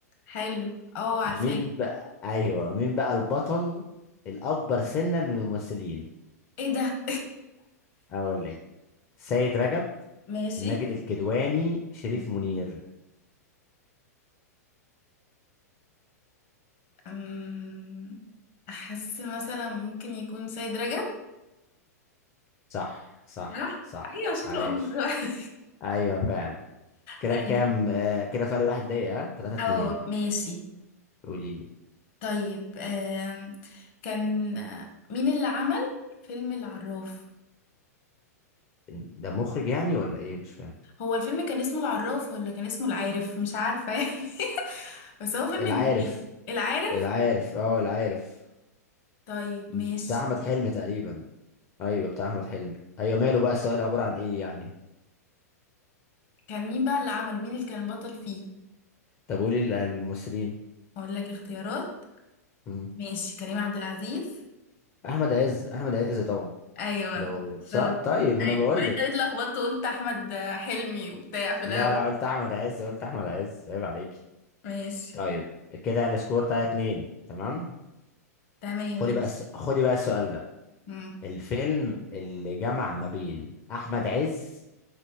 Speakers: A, on the left (about 50°); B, on the left (about 30°).
A: حلو اه عارفاه
B: مين بقى ايوه مين بقى البطل الاكبر سنا من الممثلين
A: ايه ده
B: اقول لك سيد رجب
A: <laughs> ماشي
B: ماجد الكدواني شريف
A: مهم.
B: منير
A: أم... احس مثلا ممكن يكون سيد رجب
B: صح صح
A: صح
B: صح
A: ايوه شكله
B: عايش
A: اكبر دلوقتي
B: ايوه فعلا كده
A: <laughs> أيوة.
B: كام آه كده فرق واحد ليا ها 3 2
A: اه ماشي
B: قولي لي
A: طيب أم... كان آه، مين اللي عمل فيلم العراف
B: ده مخرج يعني ولا ايه مش فاهم
A: هو الفيلم كان اسمه العراف ولا كان اسمه العارف مش عارفة يعني <laughs> بس هو فيلم
B: العارف
A: جديد العارف
B: العارف اه العارف
A: طيب
B: بتاع
A: ماشي
B: احمد حلمي تقريبا ايوه بتاع احمد حلمي ايوه ماله بقى السؤال عباره عن ايه يعني
A: كان مين بقى اللي عمله مين اللي كان بطل فيه
B: طب قولي ال- الممثلين
A: اقول لك اختيارات
B: مم.
A: ماشي كريم عبد العزيز
B: احمد عز احمد عز طبعا
A: ايوه
B: لو
A: شاطر
B: صح طيب ما
A: ايوه
B: انا بقول
A: ما انت
B: لك
A: ليه اتلخبطت وقلت احمد حلمي وبتاع في
B: لا
A: الاول
B: لا قلت احمد عز قلت احمد عز عيب عليكي
A: ماشي
B: طيب كده السكور 3 2 تمام
A: تمام
B: خدي
A: ماشي
B: بقى الس... خدي بقى السؤال ده
A: مم.
B: الفيلم اللي جمع ما بين احمد عز